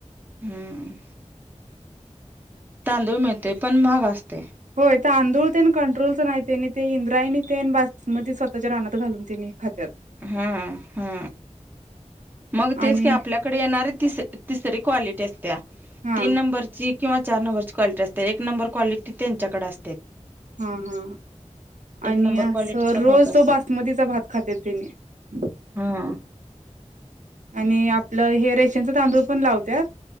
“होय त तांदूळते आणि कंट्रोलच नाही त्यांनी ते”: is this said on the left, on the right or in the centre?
Right